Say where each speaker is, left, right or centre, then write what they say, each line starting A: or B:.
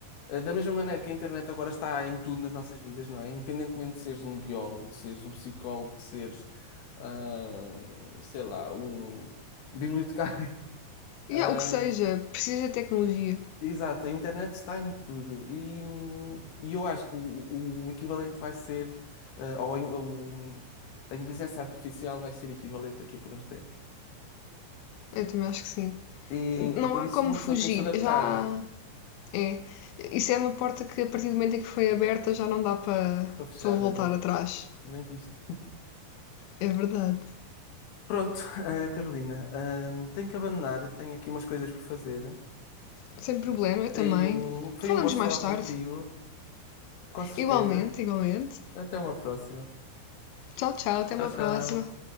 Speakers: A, on the left; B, on the left.
A: eh, da mesma maneira que a internet agora está em tudo nas nossas vidas, não é? Independentemente de seres um biólogo, de seres um psicólogo, de seres, ah, sei lá, um bibliotecário.
B: E
A: <laughs>
B: há o que seja, precisa de tecnologia.
A: Exato, a internet está em tudo e, hum, e eu acho que o, o equivalente vai ser, eh, ou a in- o- a inteligência artificial vai ser equivalente aqui por uns tempos.
B: Eu também acho que sim.
A: E,
B: Não
A: e por
B: há
A: isso
B: como
A: uma
B: fugir.
A: pessoa tem que se adaptar
B: Já é. Isso é uma porta que a partir do momento em que foi aberta já não dá para
A: para fechar,
B: para voltar
A: olha,
B: atrás.
A: bem visto. <laughs>
B: É verdade.
A: Pronto, eh, Carolina, hum, tenho que abandonar, tenho aqui umas coisas por fazer.
B: Sem problema, eu também.
A: E, hum, foi
B: Falamos
A: um gosto
B: mais
A: falar
B: tarde.
A: contigo, com certeza.
B: Igualmente, igualmente.
A: Até uma próxima.
B: Tchau, tchau, até
A: Tchau,
B: uma
A: tchau.
B: próxima.